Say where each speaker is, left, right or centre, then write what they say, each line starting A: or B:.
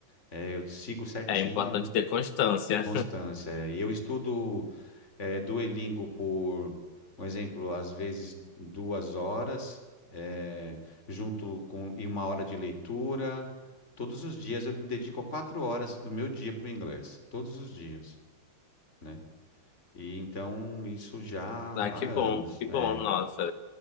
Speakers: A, on the left; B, on the left.
A: é, eu sigo certinho,
B: é importante ter constância.
A: constância. E eu estudo. É, Duolingo por, um exemplo, às vezes duas horas, é, junto com e uma hora de leitura. Todos os dias eu me dedico quatro horas do meu dia para o inglês, todos os dias, né? E então isso já há
B: Ah, que
A: anos,
B: bom, que
A: é,
B: bom, nossa,